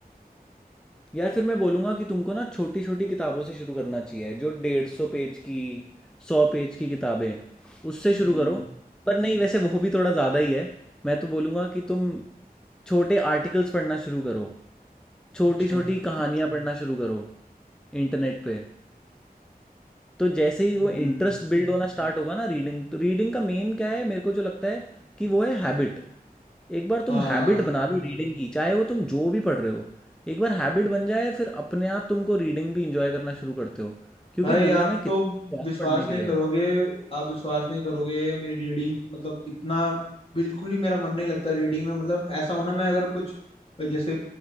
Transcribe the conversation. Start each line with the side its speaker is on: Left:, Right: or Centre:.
Centre: यार फिर मैं बोलूँगा कि तुमको ना छोटी छोटी किताबों से शुरू करना चाहिए जो डेढ़ सौ पेज की सौ पेज की किताबें उससे शुरू
Left: हम्म
Centre: करो पर नहीं वैसे वो भी थोड़ा ज़्यादा ही है मैं तो बोलूँगा कि तुम छोटे आर्टिकल्स पढ़ना शुरू करो छोटी
Left: अच्छा
Centre: छोटी कहानियाँ पढ़ना शुरू करो इंटरनेट पे तो जैसे ही वो
Left: हम्म
Centre: इंटरेस्ट बिल्ड होना स्टार्ट होगा ना रीडिंग तो रीडिंग का मेन क्या है मेरे को जो लगता है कि वो है हैबिट एक बार
Left: हाँ
Centre: तुम हैबिट बना लो रीडिंग की चाहे वो तुम जो भी पढ़ रहे हो एक बार हैबिट बन जाए फिर अपने आप तुमको रीडिंग भी इंजॉय करना शुरू करते हो क्योंकि
Left: भाई
Centre: दुनिया
Left: आप
Centre: में कितना
Left: तो
Centre: कुछ है
Left: विश्वास
Centre: यार पढ़ने के
Left: नहीं
Centre: लिए
Left: करोगे आप विश्वास नहीं करोगे मेरी रीडिंग मतलब इतना बिल्कुल ही मेरा मन नहीं लगता रीडिंग में मतलब ऐसा होना मैं अगर कुछ जैसे